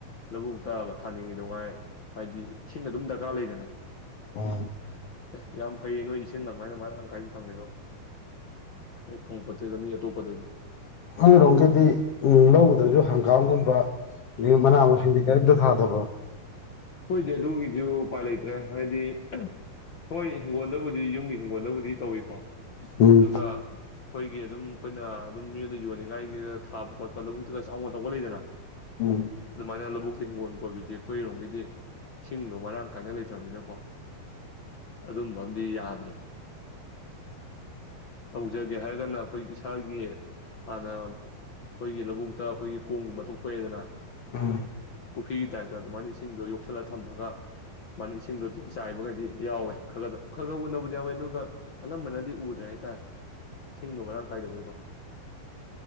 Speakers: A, on the left; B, on the left.
A: ꯂꯧꯕꯨꯛꯇ ꯊꯥꯅꯤꯡꯉꯤꯗꯣꯉꯥꯏ ꯍꯥꯏꯗꯤ ꯏꯁꯤꯡ ꯑꯗꯨꯝ ꯗꯔꯀꯥꯔ ꯂꯩꯗꯅ
B: ꯎꯝ
A: ꯑꯦ ꯌꯥꯝ ꯐꯩ ꯅꯣꯏ ꯏꯁꯤꯡ ꯑꯗꯨꯃꯥꯏꯅ ꯑꯗꯨꯃꯥꯏꯅ ꯇꯪꯈꯥꯏꯅ ꯐꯪꯒꯦꯗꯣ ꯍꯦꯛ ꯐꯪꯕꯄꯣꯠꯇꯦꯗ ꯃꯤ ꯑꯇꯣꯞꯄꯗꯗꯤ
B: ꯃꯔꯣꯝꯒꯤꯗꯤ ꯂꯧꯒꯗ꯭ꯔꯁꯨ ꯍꯪꯒꯥꯝꯒꯨꯝꯕ ꯃꯅꯥ ꯃꯁꯤꯡꯗꯤ ꯀꯔꯤꯝꯇ ꯊꯥꯗꯕꯣ
A: ꯍꯣꯏꯗꯤ ꯑꯗꯨꯒꯤꯁꯨ ꯎꯄꯥꯏ ꯂꯩꯇ꯭ꯔꯦ ꯍꯥꯏꯗꯤ ꯍꯣꯏ ꯍꯤꯡꯒꯣꯜꯗꯕꯨꯗꯤ ꯌꯨꯝꯒꯤ ꯍꯤꯡꯒꯣꯜꯗꯕꯨꯗꯤ ꯇꯧꯋꯤ
B: ꯎꯝ
A: ꯑꯗꯨꯒ ꯑꯩꯈꯣꯏꯒꯤ ꯑꯗꯨꯝ ꯑꯩꯈꯣꯏꯅ ꯑꯗꯨꯝ ꯃꯤꯣꯟ ꯑꯣꯏꯅ ꯌꯣꯟꯅꯤꯡꯉꯥꯏꯒꯤ ꯊꯥꯕ ꯈꯣꯠꯄ ꯂꯧꯕꯨꯛꯇꯒ ꯆꯉ ꯇꯧꯕ ꯂꯩꯗꯅꯚ
B: ꯎꯝ
A: ꯑꯗꯨꯃꯥꯟ ꯂꯧꯕꯣꯛ ꯍꯤꯡꯒꯣꯟ ꯀꯣꯕꯗꯨꯗꯤ ꯑꯩꯈꯣꯏꯔꯣꯝꯒꯤꯗꯤ ꯏ ꯁꯤꯡꯗꯣ ꯃꯔꯥꯡ ꯀꯥꯏꯅ ꯂꯩꯇ꯭ꯔꯕꯅꯤꯅꯀꯣ ꯑꯗꯨꯝꯕ ꯑ ꯑꯃꯗꯤꯝ ꯌꯥꯗ꯭ꯔꯦ ꯇꯧꯖꯒꯦ ꯍꯥꯏꯔꯒꯅ ꯑꯩꯈꯣꯏ ꯏꯁꯥꯒꯤ ꯍꯥꯟꯅ ꯑꯩꯈꯣꯏꯒꯤ ꯂꯧꯕꯨꯛꯇ ꯑꯩꯈꯣꯏꯒꯤ ꯀꯣꯡꯒꯨꯝꯕ ꯇꯧꯊꯣꯛ ꯑꯦꯗꯅ
B: ꯑꯥ
A: ꯄꯨꯈ꯭ꯔꯤꯒꯤ ꯇꯥꯏꯞꯇ ꯑꯗꯨꯃꯅꯁꯤꯡꯗꯣ ꯌꯣꯛꯁꯟ ꯈꯜꯂ ꯊꯝꯃꯒ ꯃꯥꯅꯤ ꯏꯁꯤꯡꯗꯣ ꯑꯗꯨ ꯆꯥꯏꯕꯈꯩꯗꯤ ꯌꯥꯎꯋꯦ ꯈ ꯈꯗ ꯈꯔ ꯈꯔ ꯎꯅꯕꯗꯤ ꯌꯥꯎꯋꯦ ꯑꯗꯨꯒ ꯑꯜꯝꯕꯅꯗꯤ ꯎꯗ꯭ꯔꯦ ꯍꯥꯏꯇꯥꯔꯦ ꯁꯤꯡꯗꯣ ꯃꯔꯥꯡ ꯀꯥꯏꯗꯕꯣꯏꯀꯣ